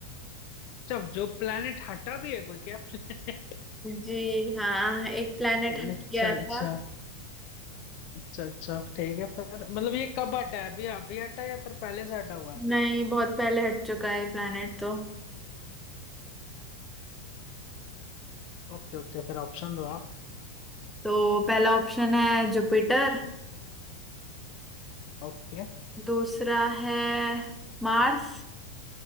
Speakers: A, on the left (about 45°); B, in the centre.
A: जब जो प्लेनेट हटा भी है कोई क्या planet?
B: जी हाँ एक प्लैनेट
A: <laughs>
B: हट
A: अच्छा
B: गया था
A: अच्छा अच्छा अच्छा ठीक है फिर मतलब ये कब हटा है अभी अभी हटा है या फिर पहले से हटा हुआ है
B: नहीं बहुत पहले हट चुका है प्लैनेट तो
A: ओके ओके फिर ऑप्शन दो आप
B: तो पहला ऑप्शन है जुपिटर
A: ओके
B: दूसरा है मार्स